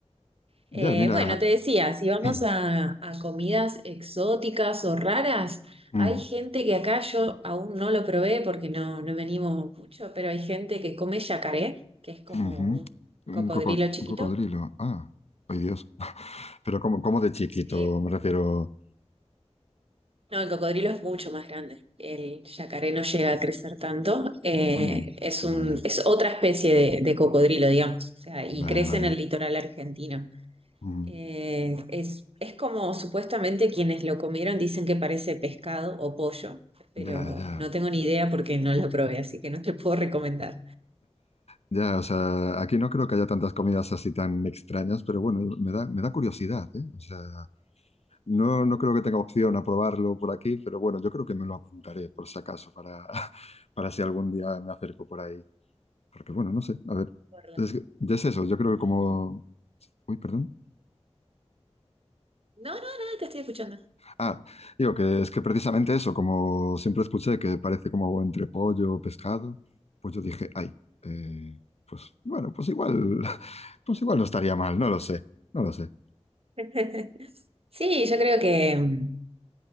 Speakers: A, on the right; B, on the left.
A: Eh,
B: Ya, mira.
A: bueno, te decía, si vamos
B: <clears throat>
A: a, a comidas exóticas o raras,
B: Mm,
A: hay gente que acá yo aún no lo probé porque no, no me animo mucho, pero hay gente que come yacaré, que es como
B: ujú.
A: un
B: Un
A: cocodrilo
B: coco-
A: chiquito.
B: un cocodrilo. Ah, ay Dios. <laughs> Pero como, como de chiquito,
A: Sí.
B: me refiero.
A: No, el cocodrilo es mucho más grande. El yacaré no llega a crecer tanto. Eh,
B: Mm,
A: es
B: Vale,
A: un, es otra especie de, de cocodrilo, digamos. O sea, y
B: vale,
A: crece
B: vale.
A: en el litoral argentino.
B: Mm,
A: Eh, es, es como supuestamente quienes lo comieron dicen que parece pescado o pollo, pero
B: Ya, ya.
A: no tengo ni idea porque no lo probé, así que no te puedo recomendar.
B: Ya, o sea, aquí no creo que haya tantas comidas así tan extrañas, pero bueno, me da, me da curiosidad, ¿eh? O sea. No, no creo que tenga opción a probarlo por aquí, pero bueno, yo creo que me lo apuntaré por si acaso para, <laughs> para si algún día me acerco por ahí. Porque bueno, no sé, a ver,
A: Por la-
B: es que- ya es eso, yo creo
A: por
B: que como...
A: las dudas.
B: Uy, perdón.
A: No, no, no, te estoy escuchando.
B: Ah, digo que es que precisamente eso, como siempre escuché que parece como entre pollo o pescado, pues yo dije, ay, eh, pues bueno, pues igual, <laughs> pues igual no estaría mal, no lo sé, no lo sé.
A: <laughs> Sí, yo creo que mm,